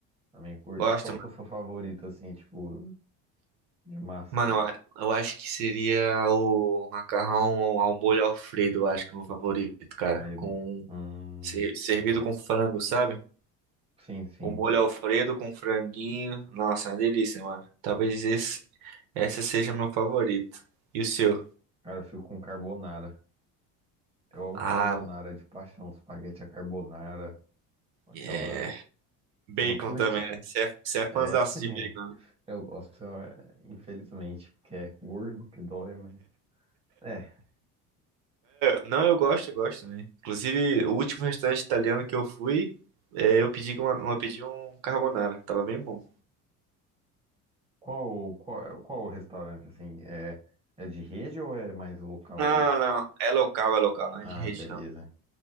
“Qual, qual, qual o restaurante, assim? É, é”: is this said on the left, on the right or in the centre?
Right